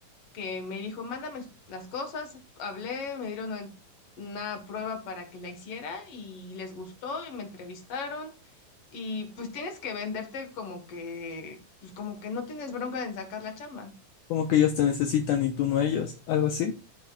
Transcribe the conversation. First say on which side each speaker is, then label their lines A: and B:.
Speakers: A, on the left; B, on the left.
A: que me dijo, mándame las cosas. Hablé, me dieron una, una prueba para que la hiciera y les gustó y me entrevistaron. Y pues tienes que venderte como que, pues como que no tienes bronca en sacar la chamba.
B: Como que ellos te necesitan y tú no a ellos, algo así.